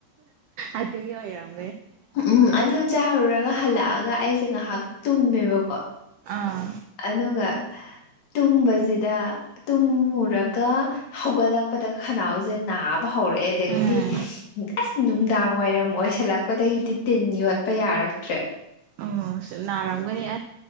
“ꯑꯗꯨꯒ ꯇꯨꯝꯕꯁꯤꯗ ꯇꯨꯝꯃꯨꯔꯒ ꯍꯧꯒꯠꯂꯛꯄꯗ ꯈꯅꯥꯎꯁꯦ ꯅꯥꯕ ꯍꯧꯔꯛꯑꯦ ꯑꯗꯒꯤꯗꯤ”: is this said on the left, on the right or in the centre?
Left